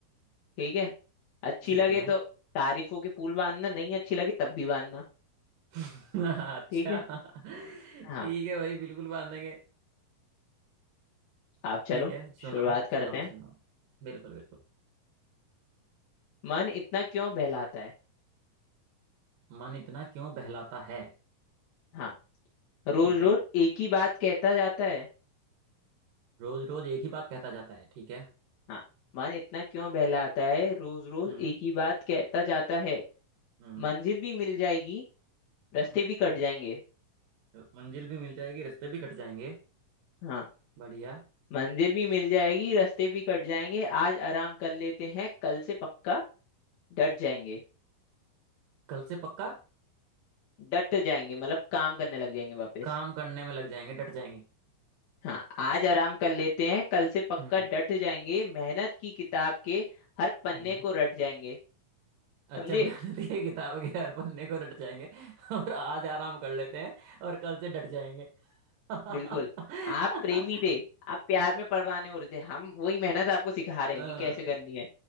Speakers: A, on the left (about 65°); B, on the right (about 75°).
A: ठीक है अच्छी
B: ठीक
A: लगे
B: है
A: तो तारीफों के पुल बांधना नहीं अच्छी लगे तब भी बांधना
B: <laughs> अच्छा
A: ठीक है हाँ
B: ठीक है भाई बिल्कुल बांधेंगे
A: आप चलो
B: ठीक है सुनाओ
A: शुरुआत करते
B: सुनाओ
A: हैं
B: सुनाओ बिल्कुल बिल्कुल
A: मन इतना क्यों बहलाता है
B: मन इतना क्यों बहलाता है
A: हाँ रोज
B: ठीक
A: रोज
B: है
A: एक ही बात कहता जाता है
B: रोज रोज एक ही बात कहता जाता है ठीक है
A: हाँ मन इतना क्यों बहलाता है रोज रोज
B: हम्म
A: एक ही बात कहता जाता है
B: हम्म
A: मंजिल भी मिल जाएगी रास्ते
B: हम्म
A: भी कट जाएंगे
B: मंजिल भी मिल जाएगी रास्ते भी कट जाएंगे
A: हाँ
B: बढ़िया
A: मंजिल भी मिल जाएगी रास्ते भी कट जाएंगे आज आराम कर लेते हैं कल से पक्का डट जाएंगे
B: कल से पक्का
A: डट जाएंगे मतलब काम करने लग जाएंगे वापस
B: काम करने में लग जाएंगे डट जाएंगे
A: हाँ आज आराम कर लेते हैं कल से पक्का
B: हम्म
A: डट जाएंगे मेहनत की किताब के हर पन्ने
B: हम्म
A: को रट जाएंगे समझे
B: अच्छा मेहनत की किताब के हर पन्ने को रट जाएंगे और आज आराम कर लेते हैं और कल से डट जाएंगे <laughs> अच्छा
A: बिल्कुल आप प्रेमी थे आप प्यार में परवाने हो रहे थे हम वही मेहनत आपको सिखा रहे
B: हाँ,
A: हैं कि कैसे करनी है